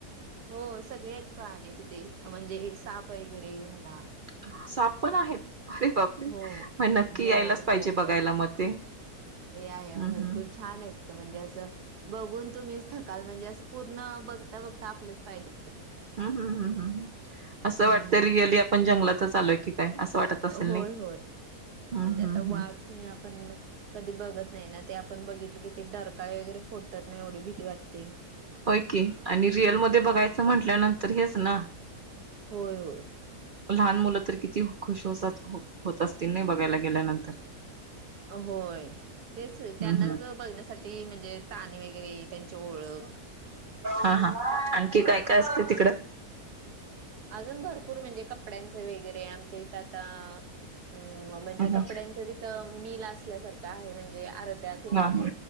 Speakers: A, on the right; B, on the right.
A: हो सगळ्यात प्राणी तिथे म्हणजे साप वगैरे म्हणा
B: अ साप पण आहेत अरे! बापरे!
A: हो हो
B: मं नक्की
A: मोर
B: यायलाच पाहिजे
A: पोपट
B: बघायला म ते
A: या
B: हम्म
A: या भरपूर
B: हम्म
A: छान आहेत म्हणजे असं बघून तुम्हीच थकाल म्हणजे असं पूर्ण बघता बघता आपलेच पाय द
B: हम हम् हम् हम् हम असं
A: हम्म
B: वाटते रिअली आपण जंगलातच आलोय की काय असं वाटत असेल
A: होय
B: नाही
A: होय
B: हम्म
A: म्हणजे आता
B: हम्म
A: वाघ
B: हम्म
A: सि आपण क बघत नाही ना ते आपण बघितलं की ते डरकाळे वगैरे फोडतात नाही एवढी भीती वाटते
B: होय की आणि रिअलमध्ये बघायचं म्हंटल्यानंतर हेच ना
A: होय होय
B: लहान मुलं तर किती खुश होसात होत असतील नाही बघायला गेल्यानंतर
A: होय तेच त्यांनाच
B: हम्म हम्म
A: बघण्यासाठी म्हणजे ताणी वगैरे त्यांची ओळख
B: हा हा आणखी काय काय असते. तिकडं
A: अजून भरपूर म्हणजे कपड्यांचे वगैरे आमच्या इथात ता अमं म्हणजे
B: हम्म
A: कपड्यांचं तिथं मिल असल्यासारखं आहे म्हणजे आर्ध्या
B: हम्म